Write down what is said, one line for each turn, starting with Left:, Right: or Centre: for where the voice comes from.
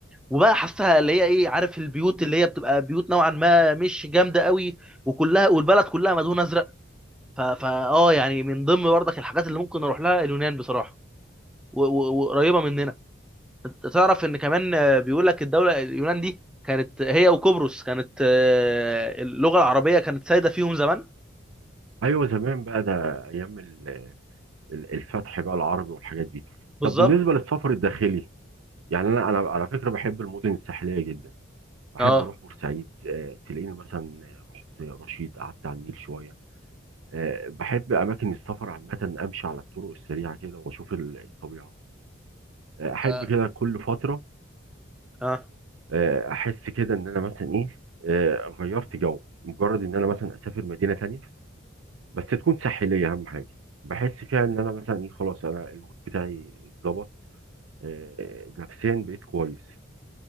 Centre: وبقى حاسسها اللي هي ايه عارف البيوت اللي هي بتبقى بيوت نوعا ما مش جامده قوي وكلها والبلد كلها مدهون ازرق ف... فا اه يعني من ضمن برضك الحاجات اللي ممكن اروح لها اليونان بصراحه و- و- وقريبه مننا انت تعرف ان كمان آه، بيقول لك الدوله اليونان دي كانت هي وقبرص كانت آه، اللغه العربيه كانت سايده فيهم زمان
Right: <laughs> ايوه زمان بقى ده ايام ال- ال- الفتح بقى العربي والحاجات دي
Centre: بالظبط
Right: طب بالنسبه للسفر الداخلي يعني انا انا على فكره بحب المدن الساحليه جدا احب
Centre: اه
Right: اروح بورسعيد آه، تلاقيني مثلا رحت رشيد قعدت على النيل شويه آه، بحب اماكن السفر عامه امشي على الطرق السريعه كده واشوف ال- الطبيعه آه، احب
Centre: آه،
Right: كده كل فتره
Centre: اه
Right: آه، احس كده ان انا مثلا ايه آه، غيرت جو مجرد ان انا مثلا اسافر مدينه تانية بس تكون ساحليه اهم حاجه بحس فيها ان انا مثلا ايه خلاص انا المود بتاعي اتظبط آه، نفسيا بقيت كويس